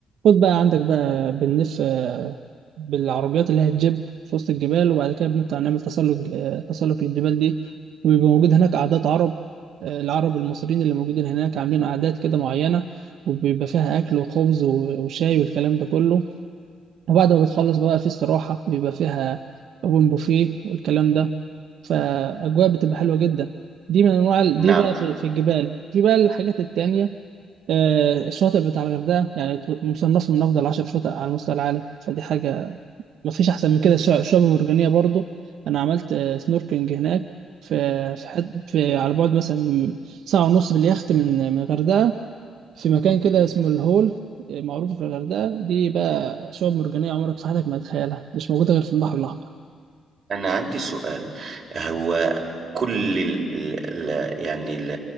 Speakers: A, on the right; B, on the right.
A: خد بقى عندك بقى بنلف آه، بالعربيات اللي هي الجيب في وسط الجبال وبعد كده بنطلع نعمل تسلق آه، تسلق للجبال دي وبيبقى موجود هناك عادات عرب العرب المصريين اللي موجودين هناك عاملين عادات كده معينة وبيبقى فيها أكل وخبز و- وشاي والكلام ده كله وبعد ما بتخلص بقى في استراحة بيبقى فيها أوبن بوفيه والكلام ده فأجواء بتبقى حلوة جدا دي من أنواع ال-
B: نعم
A: دي بقى في, في الجبال في بقى الحاجات التانية آه، الشواطئ بتاع الغردقة يعني ت- مصنفة من أفضل عشر شواطئ على مستوى العالم فدي حاجة مفيش احسن من كده الش- الشعب المرجانيه برضو انا عملت آه، سنوركلينج هناك في في, حد في على بعد مثلا ساعه ونص باليخت من من الغردقه في مكان
B: مم.
A: كده اسمه الهول آه، معروف في الغردقه دي بقى شعب مرجانيه عمرك في حياتك ما تتخيلها مش موجوده غير في البحر الاحمر
B: أنا عندي سؤال هو كل ال ال ال- يعني ال